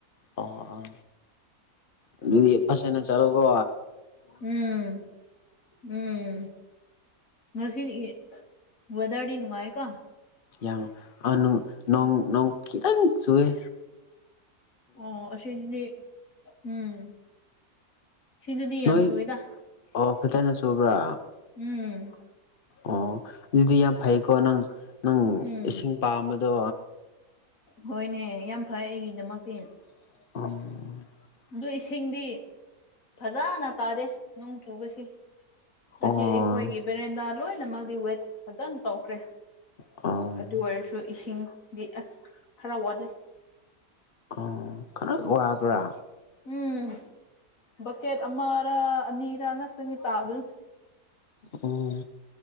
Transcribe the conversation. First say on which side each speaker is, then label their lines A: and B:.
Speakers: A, on the left; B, on the left.
A: ꯑꯣ ꯑꯗꯨꯗꯤ ꯐꯖꯅ ꯆꯂꯣꯀꯣ
B: ꯎꯝ ꯎꯝ ꯉꯁꯤ ꯏ ꯋꯦꯗꯔꯗꯤ ꯅꯨꯡꯉꯥꯏꯀꯣ
A: ꯌꯥꯝ ꯈꯤꯇꯪ ꯆꯨꯑꯦ
B: ꯑꯣ ꯑꯁꯤꯗꯤ ꯎꯝ ꯁꯤꯗꯗꯤ ꯌꯥꯝ
A: ꯅꯣꯏ
B: ꯆꯨꯏꯌꯦꯗꯥ꯫
A: ꯑꯣ ꯐꯖꯅ ꯆꯨꯕ꯭ꯔꯥ
B: ꯎꯝ꯫
A: ꯑꯣ ꯑꯗꯨꯗꯤ ꯌꯥꯝ ꯐꯩꯀꯣ ꯅꯪ ꯅꯪ
B: ꯎꯝ
A: ꯏꯁꯤꯡ ꯄꯥꯝꯕꯗꯣ
B: ꯍꯣꯏꯅꯦ ꯌꯥꯝ ꯐꯩ ꯑꯩꯒꯤꯗꯃꯛꯇꯤ
A: ꯑꯣꯝ
B: ꯑꯗꯨ ꯏꯁꯤꯡꯗꯤ ꯐꯖꯅ ꯇꯥꯗꯦ ꯅꯣꯡ ꯆꯨꯕꯁꯤ ꯉꯁꯤ
A: ꯑꯣ
B: ꯑꯌꯨꯛ꯫ ꯑꯩꯈꯣꯏꯒꯤ ꯕꯦꯔꯦꯟꯗꯥ ꯂꯣꯏꯅꯃꯛꯗꯤ ꯋꯦꯠ ꯐꯖꯅ ꯇꯧꯈ꯭ꯔꯦ
A: ꯑꯣ
B: ꯑꯗꯨ ꯑꯣꯏꯔꯁꯨ ꯏꯁꯤꯡꯗꯤ ꯑꯁ ꯈꯔ ꯋꯥꯠꯂꯦ
A: ꯑꯣ ꯈꯔ ꯋꯥꯕ꯭ꯔꯥ
B: ꯎꯝ ꯕꯛꯀꯦꯠ ꯑꯃꯔ ꯑꯅꯤꯔ ꯉꯅꯤ ꯆꯥꯕꯜ
A: ꯑꯣ